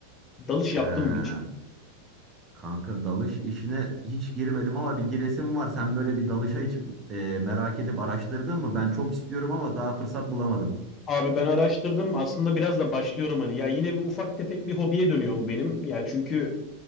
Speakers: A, on the left; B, on the right.
A: Dalış
B: Ha,
A: yaptın mı hiç?
B: kanka dalış işine hiç girmedim ama bir giresim var. Sen böyle bir dalışa hiç e, merak edip araştırdın mı? Ben çok istiyorum ama daha fırsat bulamadım.
A: Abi ben araştırdım aslında biraz da başlıyorum hani ya yine bir ufak tefek bir hobiye dönüyor bu benim. Ya çünkü